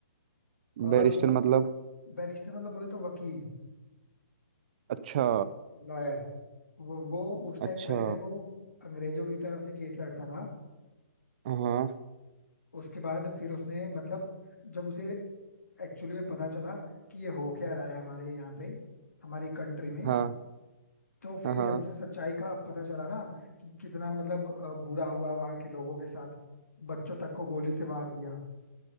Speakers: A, on the left; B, on the right.
A: और
B: बैरिस्टर
A: वो
B: मतलब
A: बैरिस्टर मतलब बोले तो वकील
B: अच्छा
A: लॉयर वो वो उस टाइम
B: अच्छा
A: पहले वो अंग्रेजों की तरफ से केस लड़ता था
B: हाँ
A: उसके बाद फिर उसने मतलब जब उसे एक्चुअली में पता चला कि ये हो क्या रहा है हमारे यहाँ पे हमारी कंट्री में
B: हाँ
A: तो फिर
B: हाँ हाँ,
A: जब उसे सच्चाई का पता चला ना कि कितना मतलब अ, बुरा हुआ वहां के लोगों के साथ बच्चों तक को गोली से मार दिया